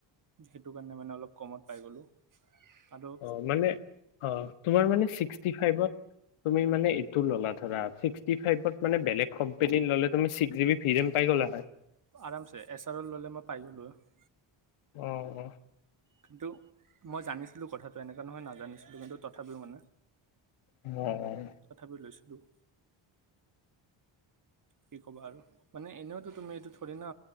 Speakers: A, on the right (about 40°); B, on the left (about 85°).
A: সেইটো কাৰণে মানে অলপ কমত পাই গ'লোঁ। আৰু
B: অ' মানে অ' তোমাৰ মানে ছিক্সটি ফাইভত? তুমি মানে এইটো ল'লা ধৰা ছিক্স টি ফাইভ ত মানে বেলেগ কোম্পানীৰ ল'লে ছিক্স জি বি ভিৰেম পাই গ'লে হয়
A: আৰামছে এছ আৰ অল ল'লে মই পাই গ'লো হৈ
B: উম।
A: কিন্তু মই জানিছিলো কথাটো এনেকুৱা নহয় নাজানিছিলো কিন্তু তথাপিও মানে
B: উম।
A: তথাপি লৈছিলোঁ। কি ক'বা আৰু মানে এনেওতো তুমি এইটো থৰি না